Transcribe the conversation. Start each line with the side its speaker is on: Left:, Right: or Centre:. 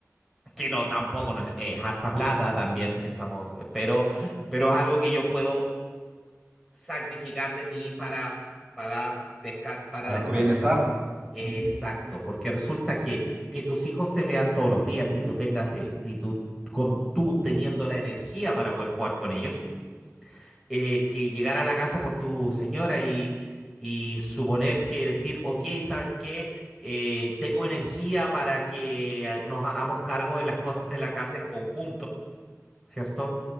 Centre: que no, tampoco no es, es harta plata también, estamos, pero, pero es algo que yo puedo sacrificar de mí para, para, desca- para
Right: para
Centre: descansar.
Right: tu bienestar.
Centre: Exacto,
Right: Ujú,
Centre: porque resulta que, que tus hijos te vean todos los días y tú tengas, eh, y tú, con tú teniendo la energía para poder jugar con ellos, eh, que llegar a la casa con tu señora y, y suponer que decir, ok, ¿sabes qué? Eh, tengo energía para que nos hagamos cargo de las cosas de la casa en conjunto. ¿cierto?